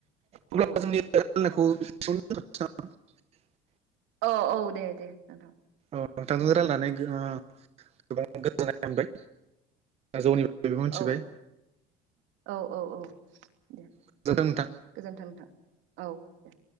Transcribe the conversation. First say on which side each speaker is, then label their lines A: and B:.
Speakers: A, on the right (about 30°); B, on the right (about 65°).
A: अब्ला
B: औ।
A: <unintelligible>
B: औ औ दे दे नोंथां
A: औ नोंथांजों
B: दोनथ।
A: रायलायनानै ओ गोबां गोजोननाय मोनबाय। जौनि। बागैबो मिथिबाय
B: औ औ औ औ। दे
A: गोजोनथों
B: दे
A: नोंथां।
B: गोजोन्थों नोंथां। औ दे।